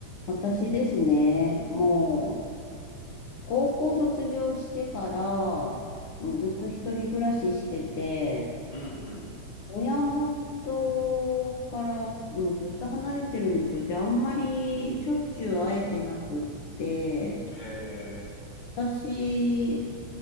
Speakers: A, on the left; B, on the left.
A: 私ですね、もう、高校卒業してから、もうずっと一人暮らししてて、
B: うんうん。
A: 親元から、もうずっと離れてるんですよ。で、あんまりしょっちゅう会えてなくって、
B: へえ。
A: 私、